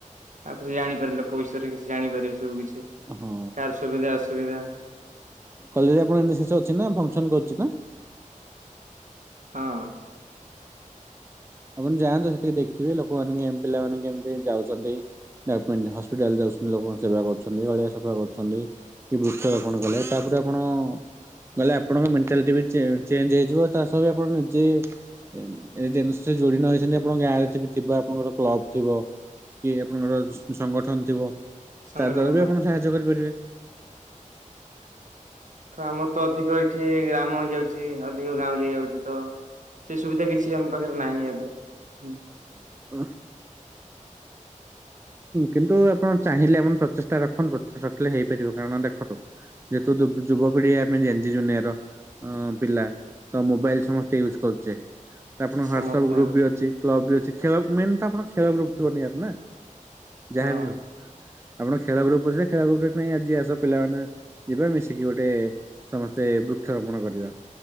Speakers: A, on the right (about 65°); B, on the right (about 20°).
A: ଆଉ କିଛି ଜାଣିପାରି ଲୋକ ବିଷୟରେ କିଛି ଜାଣିପାରିବେ ସବୁ କିଛି କାହାର
B: ହଁ
A: ସୁବିଧା ଅଶ୍ ସୁବିଧା।
B: କଲେଜ୍ ରେ ଆପଣ ଏନ୍ ଏସ ସେ ଅଛି ନା ଫଙ୍କସନ୍ କରୁଛି ନା
A: ହଁ।
B: ଆପଣ ଯାଆନ୍ତୁ ସେଠିକି ଦେଖିବେ ଲୋକମାନେ କେମ୍ ପିଲା ମାନେ କେମିତି ଯାଉଚନ୍ତି। ଡାକୁ ମେ ହସ୍ପିଟାଲ ଯାଉଚନ୍ତି ଲୋକଙ୍କ ସେବା କରୁଚନ୍ତି ଅଳିଆ ସଫା କରୁଚନ୍ତି। କି ବୃକ୍ଷ ରୋପଣ କଲେ ତାପରେ ଆପଣ ଗଲେ ଆପଣଙ୍କ ମେଣ୍ଟାଲିଟି ବି ଚେ ଚେଞ୍ଜ ହେଇଯିବ ତା ସହ ବି ଆପଣ ନିଜେ ଏଜେନସ୍ ସେ ଯୋଡି ନ ହେଇଚନ୍ତି ଆପଣଙ୍କ ଗାଁରେ ଥି ଥିବ ଆପଙ୍କର କ୍ଲବ ଥିବ। କି ଆପଣଙ୍କର ସ ସଂଗଠନ ଥିବ
A: ସଂଗଠନ
B: ତା ଦ୍ଵାରା
A: ପାଇଁ
B: ବି ଆପଣ ସାହାଯ୍ୟ କରିପାରିବେ।
A: ତ ଆମର ତ ଅଧିକ ଏଠି ଗ୍ରାମ ହେଇଯାଉଚି ଅଧିକ ଗାଁଉଁଲି ହେଇଯାଉଚି ତ ସେ ସୁବିଧା କିଛି ଆମ ପାଖରେ ନାହିଁ ଏବେ ହୁଁ।
B: <inaudible> କିନ୍ତୁ ଆପଣ ଚାହିଁଲେ ଆପଣ ପ୍ରଚେଷ୍ଟା ରଖନ୍ତୁ ପ୍ରଚେଷ୍ଟା ରଖିଲେ ହେଇପାରିବ କାରଣ ଦେଖନ୍ତୁ ଯେହତୁ ଯୁ ଯୁବପିଢି ଆମେ ଜେନ୍ ଜି ଦୁନିଆର। ଅ ପିଲା ତ ମୋବାଇଲ ସମସ୍ତେ ୟୁଜ୍ କରୁଚେ। ତ ଆପଣ ହ୍ୱାଟସଆପ
A: ସମସ୍ତେ
B: ଗ୍ରୁପ ବି ଅଛି କ୍ଳବ ଅଛି ଖେଳ ମେନ ତ ଆପଣଙ୍କ ଖେଳ ଗ୍ରୁପ ଥିବ ନିହାତି ନା।
A: ହଁ
B: ଯାହାବି ହଉ ଆପଣ ଖେଳ ଗ୍ରୁପରେ ସେ ଖେଳ ଗ୍ରୁପ ପାଇଁ ଆଜି ଆସ ପିଲାମାନେେ ଯିବେ ମିଶିକି ଗୋଟେ ସମସ୍ତେ ବୃକ୍ଷରୋପଣ କରିବା।